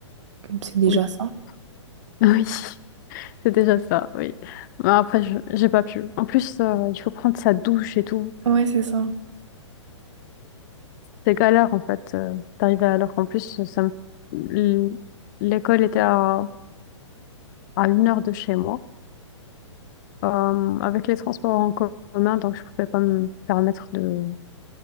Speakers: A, on the right (about 70°); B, on the left (about 40°).
A: C'est déjà
B: Oui,
A: ça.
B: <laughs> oui, c'est déjà ça, oui. Mais après, je- j'ai pas pu. En plus, euh, il faut prendre sa douche et tout.
A: Ouais, c'est ça.
B: C'est galère, en fait, euh, d'arriver à l'heure. En plus, ça me- l- l'école était à, à une heure de chez moi, euh, avec les transports en commun, donc je pouvais pas me permettre de